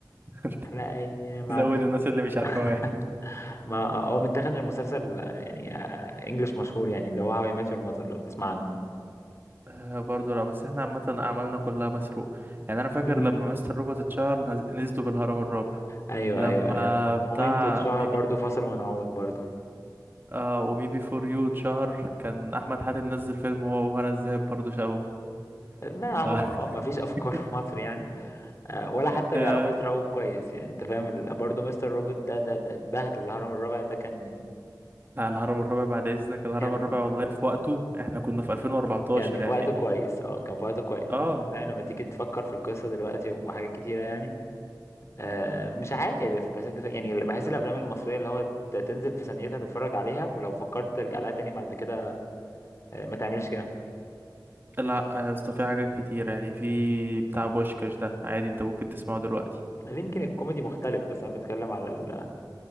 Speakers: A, on the right (about 30°); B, on the left (about 40°).
A: <laughs> أنت
B: احلى ايام عاد
A: زود الناس اللي مش عارفة
B: <laughs>
A: واحد
B: ما هو متاخد من مسلسل يعني انجلش مشهور يعني اللي هو هاو اي ميت يور ماذر لو تسمع عنه
A: آه برضه لا بس احنا عامة أعمالنا كلها مسروق يعني أنا فاكر
B: امم
A: لما مستر روبوت اتشهر نز- نزلوا بالهرم الرابع
B: ايوه
A: لما
B: ايوه ايوه
A: بتاع
B: مومنتو اتشهر
A: ميبي
B: برضه فاصل ونعود برضه
A: آه وميبي فور يو اتشهر كان أحمد حاتم نزل فيلم هو وهنا الزاهد برضه شبهه
B: ما
A: ف
B: هو اه ما فيش افكار
A: <laughs>
B: <laughs> في مصر يعني آه، ولا حتى
A: آه،
B: بيعرفوا يسرقوا كويس يعني انت فاهم ال- برضه مستر روبوت ده ده ده اتبهدل الهرم الرابع ده كان
A: لا الهرم الرابع بعد اذنك الهرم
B: كان
A: الرابع والله في وقته احنا كنا في 2014
B: كان في
A: يعني
B: وقته كويس اه كان في وقته كويس
A: اه
B: بس انت فاهم لما تيجي تفكر في القصه دلوقتي وحاجات كتيره يعني آه، مش عارف بس انت ف... يعني بحس الافلام المصريه اللي هو ت- تنزل في ثانيتها تتفرج عليها ولو فكرت ترجع لها تاني بعد كده آه، ما تعملش كده
A: لا يا اسطى في حاجات كتير يعني في بتاع بوشكاش ده عادي انت ممكن تسمعه دلوقتي
B: يمكن الكوميدي مختلف بس انا بتكلم على ال...